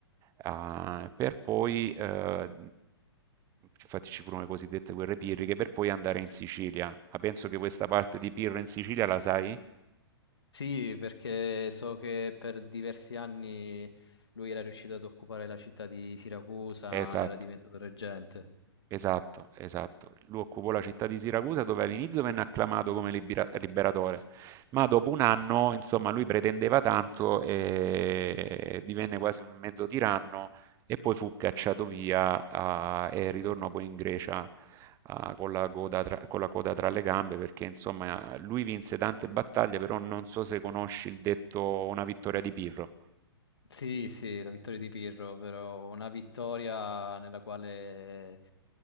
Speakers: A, on the right (about 20°); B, on the left (about 70°).
A: eh, per poi, eh, infatti ci furono le cosiddette guerre pirriche, per poi andare in
B: sì.
A: Sicilia. Ma penso che questa parte di Pirro in Sicilia la sai?
B: Sì, perché so che per diversi anni lui era riuscito ad occupare la città di Siracusa,
A: Esatto.
B: ne era diventato reggente.
A: Esatto, esatto. Lui occupò la città di Siracusa dove all'inizio venne acclamato come libera- liberatore, ma dopo un anno, insomma, lui pretendeva tanto e divenne quasi un mezzo tiranno e poi fu cacciato via ah, e ritornò poi in Grecia ah, con la coda tra, con la coda tra le gambe perché, insomma, lui vinse tante battaglie, però non so se conosci il detto una vittoria di Pirro.
B: Sì, sì, la vittoria di Pirro, però una vittoria nella quale